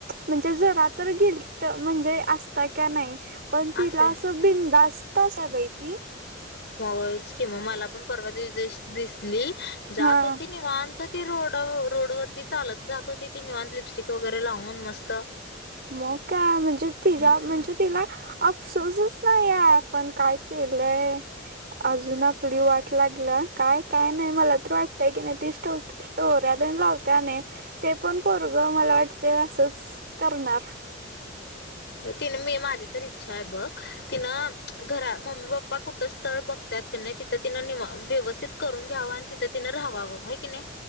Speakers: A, on the right; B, on the left.
A: म्हणजे जरा तर गिल्ट अ म्हणजे अस ताय का नाही, पण तिला
B: असे
A: असं बिन्धास्त असत्या बाई ती.
B: होयच की, म मला पण परवा दी दिवशी दिसली
A: हा
B: जात होती निवांत. तर ती रोड अ रोडवरती चालत जात होती ती निवांत, लिपस्टिक वगैरे लावून मस्त.
A: मग काय, म्हणजे तिज्या
B: हम्म
A: म्हणजे तिला अफसोसच नाही यार आपण काय केलंय. अजून आपली वाट लागल्या. काय काय नाही मला तर वाटतंय की नाही ती स्टो स्टोऱ्या तेंन लावत्या ना ते पण पोरगं मला वाटतंय असंच करणार.
B: तिनं मी माझी तर इच्छा आहे बघ. तिनं घरा मम्मी पप्पा कुठं स्थळ बघत्यात की नाय तिथं तिनं नि व्यवस्थित करून घ्यावं आणि तिथं तिनं राहावावं, होय की नई?